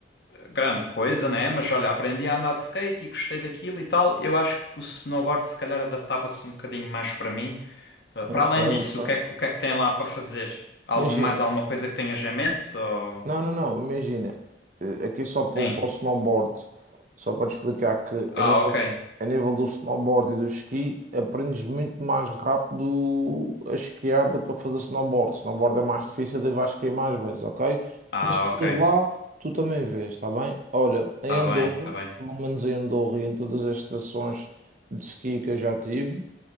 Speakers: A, on the left (about 60°); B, on the right (about 40°).
A: grande coisa, né? Mas olha, aprendi a andar de skate e gostei daquilo e tal. Eu acho que o snowboard se calhar adaptava-se um bocadinho mais para mim. Uh,
B: ok,
A: para além
B: ok.
A: disso, o que é que, o que é que tem lá para fazer? Algo,
B: Imagina.
A: mais alguma coisa que tenhas em mente? Ou...
B: Não, não, não, imagina, eh, aqui só para,
A: Sim.
B: o para o snowboard, só para te explicar que
A: Ah,
B: a nível,
A: ok.
B: de- a nível do snowboard e do esqui, aprendes muito mais rápido a esquiar do que a fazer snowboard. Snowboard é mais difícil, daí vais esquiar mais vezes, ok?
A: Ah,
B: Mas depois
A: ok.
B: lá, tu também vês, está bem? Olha, em
A: Tá
B: Andorra,
A: bem, tá bem.
B: pelo menos em Andorra e em todas as estações de esqui que eu já tive,